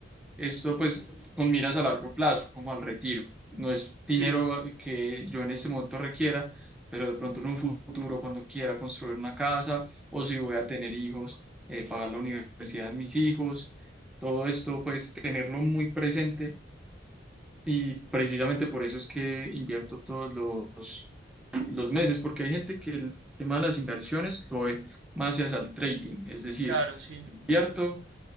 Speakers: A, in the centre; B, on the right.
A: Esto pues con miras a largo plazo, como al retiro. No es
B: Sí,
A: dinero que yo en este momento requiera, pero de pronto en un futuro, cuando quiera construir una casa o si voy a tener hijos, eh, pagar la universidad de mis hijos, todo esto pues tenerlo muy presente y precisamente por eso es que invierto todos los los meses, porque hay gente que el tema de las inversiones lo ve más hacia el trading, es decir,
B: claro, sí.
A: invierto